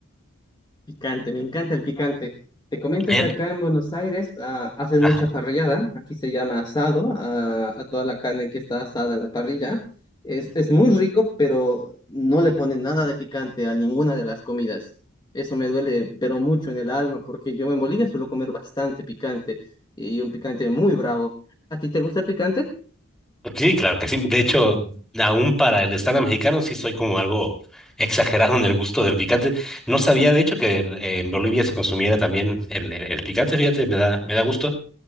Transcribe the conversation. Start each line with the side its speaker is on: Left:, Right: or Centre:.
Left: Picante, me encanta el picante. Te comento
Centre: Allá-
Left: que acá en Buenos Aires ah, hacen
Centre: Ajá.
Left: mucha parrillada. Aquí se llama asado, ah, a toda la carne que está asada en la parrilla. Es, es muy rico, pero no le ponen nada de picante a ninguna de las comidas. Eso me duele, pero mucho en el alma, porque yo en Bolivia suelo comer bastante picante y un picante muy bravo. ¿A ti te gusta el picante?
Centre: Sí, claro que sí. De hecho, aún para el estándar mexicano sí soy como algo exagerado en el gusto del picante. No sabía, de hecho, que eh, en Bolivia se consumiera también el, el- el picante. Fíjate, me da, me da gusto.